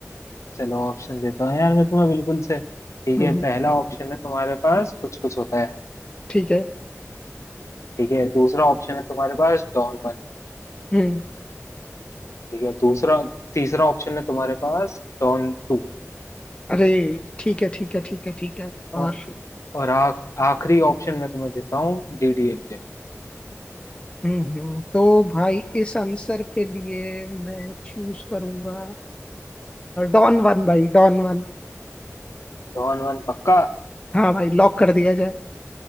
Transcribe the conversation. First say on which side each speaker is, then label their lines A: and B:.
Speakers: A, on the left; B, on the left.
A: चलो ऑप्शन देता हूँ यार मैं तुम्हें बिल्कुल से ठीक
B: हम्म,
A: है पहला ऑप्शन है तुम्हारे पास कुछ कुछ होता है
B: ठीक है
A: ठीक है दूसरा ऑप्शन है तुम्हारे पास डॉन वन
B: हम्म
A: ठीक है दूसरा तीसरा ऑप्शन है तुम्हारे पास डॉन टू
B: अरे ठीक है ठीक है ठीक है ठीक है और
A: और और आ, आखिरी ऑप्शन मैं तुम्हें देता हूँ डीडीएलजे
B: हम्म हम्म, तो भाई इस आंसर के लिए मैं चूज करूंगा डॉन वन भाई डॉन वन
A: डॉन वन पक्का
B: हाँ भाई लॉक कर दिया जाए